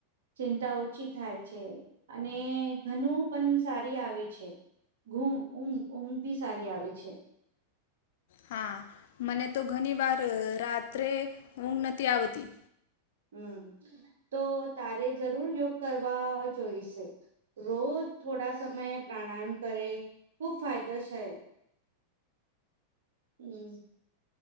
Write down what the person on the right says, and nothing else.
ચિંતા ઓછી થાય છે અને ઘનું પણ સારી આવે છે. ઘૂં ઊંઘ, ઊંઘ બી સારી આવે છે.
હમમ તો તારે જરૂર યોગ કરવા જોઈશે. રોજ થોડા સમય પ્રાણાયામ કરે ખુબ ફાયદો છે. હમ.